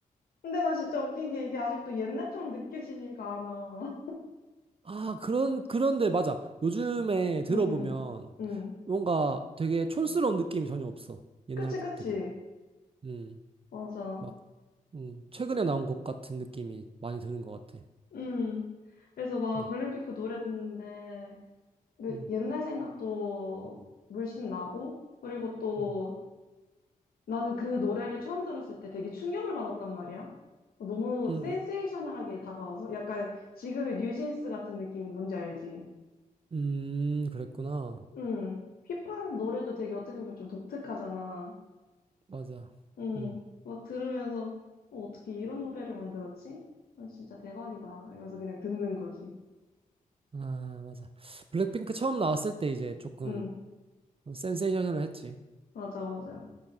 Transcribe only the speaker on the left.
근데 나 진짜 웃긴 게 이게 아직도 옛날처럼 느껴지지가 않아.
응, 응, 응.
그치,
그치.
맞아.
음 그래서 막
블랙핑크 노래 듣는데, 그
옛날 생각도 물씬 나고, 그리고 또
나는 그 노래를 처음 들었을 때 되게 충격을 받았단 말이야. 너무
센세이셔널하게
다가와서, 약간 지금의 뉴진스 같은 느낌 뭔지 알지?
음 휘파람 노래도 되게 어떻게 보면 좀 독특하잖아.
음
막 들으면서, 어, 어떻게 이런 노래를 만들었지? 아, 진짜 대박이다. 이러면서 그냥 듣는 거지.
응,
맞아, 맞아.